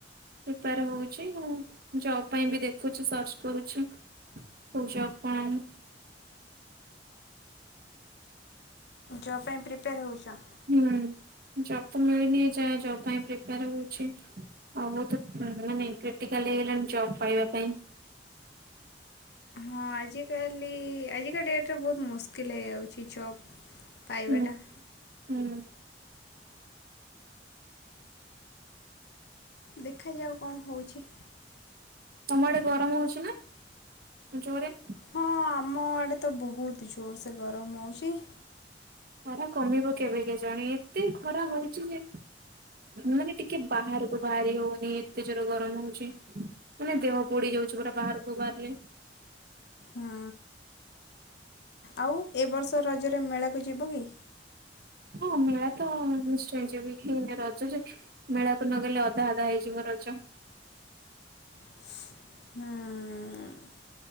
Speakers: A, on the right; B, on the left.
A: ପ୍ରିପେଆରେ ହଉଛି ଆଉ ଜବ ପାଇଁ ବି ଦେଖୁଛି ସର୍ଚ୍ଚ କରୁଛି। କୋଉ ଜବ କଣ।
B: ଜବ ପାଇଁ ପ୍ରିପେୟାର ହେଉଛ?
A: ହୁଁ ଜବ୍ ତ ମିଳୁନି ଏଯାଏଁ ଜବ ପାଇଁ ପ୍ରିପେୟାର ହୋଉଛି। ଆଉ ବହୁତୁ ମାନେ କ୍ରିଟିକାଲ ହେଇଗଲାଣି ଜବ୍ ପାଇବା ପାଇଁ।
B: ହଁ ଆଜିକାଲି ଆଜିକା ଡେଟ୍ରେ ବହୁତ ମୁସ୍କିଲ୍ ହେଇଯାଉଛି ଜବ୍। ପାଇବାଟା।
A: ହୁଁ ହୁଁ।
B: ଦେଖାଯାଉ କଣ ହୋଉଛି।
A: ତମଆଡେ ଗରମ ହଉଛି ନା ଜୋରେ?
B: ହଁ ଆମଆଡ଼େ ତ ବହୁତ ଜୋରସେ ଗରମ ହଉଛି।
A: ଖରା କମିବ କେବେ କେ ଜାଣି ଏତେ ଖରା ହଉଛି ଯେ ମାନେ ଟିକେ ବାହାରୁ ତ ବାହାରି ହଉନି ଏତେ ଜୋର ଗରମ ହଉଛି ମାନେ ଦେହ ପୋଡି ଯାଉଛି ପୁରା ବାହାରକୁ ବାହାରିଲେ।
B: ହୁଁ ଆଉ ଏ ବର୍ଷ ରଜରେ ମେଳାକୁ ଯିବ କି।
A: ହଁ ମେଳା ତ ନିଶ୍ଚୟ ଯିବି ହେଇନା ରଜରେ ମେଳାକୁ ନଗଲେ ଅଧା ଅଧା ହେଇଯିବ ରଜ।
B: ହୁଁ।